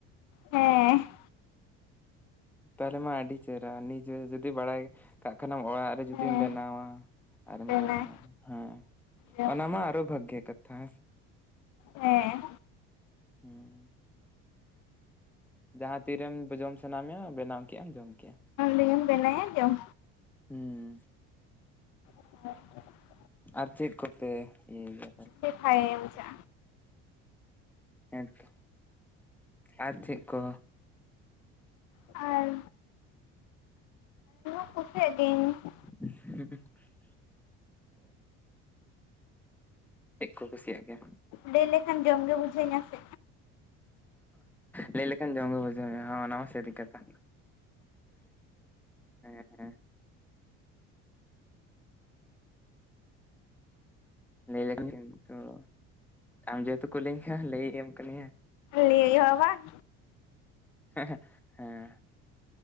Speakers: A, on the left (about 75°); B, in the centre.
A: ᱦᱮᱸ᱾
B: ᱛᱟᱦᱚᱞᱮ ᱢᱟ ᱟᱹᱰᱤ ᱪᱮᱦᱮᱨᱟ ᱱᱤᱡᱮ ᱜᱮ ᱡᱩᱫᱤ ᱵᱟᱲᱟᱭ ᱠᱟᱜ ᱠᱷᱟᱱᱮᱢ ᱚᱲᱟᱜ ᱨᱮ ᱡᱩᱫᱤᱢ
A: ᱦᱮᱸ
B: ᱵᱮᱱᱟᱣᱟ ᱟᱨᱮᱢ
A: ᱵᱮᱱᱟᱣ
B: ᱡᱚᱢᱟ, ᱦᱮᱸ᱾
A: ᱡᱚᱢ
B: ᱚᱱᱟ ᱢᱟ ᱟᱨᱦᱚᱸ ᱵᱷᱟᱜᱮ ᱠᱟᱛᱷᱟ ᱦᱮᱸᱥᱮ,
A: ᱦᱮᱸ
B: ᱦᱩᱸ᱾ ᱡᱟᱦᱟᱸ ᱛᱤᱨᱮᱢ ᱵᱚ-ᱡᱚᱢ ᱥᱟᱱᱟ ᱢᱮᱭᱟ ᱵᱮᱱᱟᱣ ᱠᱮᱼᱟᱢ ᱡᱚᱢ ᱠᱮᱼᱟ᱾
A: ᱤᱧᱤᱧ ᱵᱮᱱᱟᱭᱟ ᱡᱚᱢ
B: ᱦᱩᱸ᱾
A: <inaudible>
B: ᱟᱨ ᱪᱮᱫ ᱠᱚᱯᱮ ᱤᱭᱟᱹᱭ ᱭᱟ?
A: <unintelligible> ᱠᱩᱡᱷᱟᱜᱼᱟ᱾
B: ᱦᱮᱸᱛᱚ ᱟᱨ ᱪᱮᱜ ᱠᱚ?
A: ᱟᱨ <unintelligible>
B: <inaudible> ᱛᱮᱜ ᱠᱚ ᱠᱩᱥᱤᱭᱟᱜ ᱜᱮᱭᱟ
A: ᱞᱟᱹᱭ ᱞᱮᱠᱷᱟᱱ ᱡᱚᱢᱜᱮ ᱵᱩᱡᱷᱟᱹᱣ ᱤᱧᱟᱹ ᱥᱮ᱾
B: ᱞᱟᱹᱭ ᱞᱮᱠᱷᱟᱱ ᱡᱚᱢ ᱜᱮ ᱵᱩᱡᱷᱟᱹᱣ ᱢᱮ ᱦᱚ ᱚᱱᱟ ᱢᱟ ᱥᱟᱹᱨᱤ ᱠᱟᱛᱷᱟ᱾ ᱦᱮᱸ ᱞᱟᱹᱭ ᱞᱮᱠᱷᱟᱱ ᱜᱮᱢ ᱱᱤᱛᱚᱜ ᱟᱢ ᱡᱮᱦᱮᱛᱩ ᱠᱩ ᱞᱟᱹᱭ ᱟᱠᱟᱫ ᱢᱮᱭᱟ ᱞᱟᱹᱭᱟᱢ ᱠᱟᱹᱱᱟᱹᱧ ᱦᱟᱸᱜ᱾
A: ᱞᱟᱹᱭ ᱦᱩᱭᱩᱜ-ᱟ ᱵᱟᱝ,
B: ᱦᱮᱸ ᱦᱮᱸ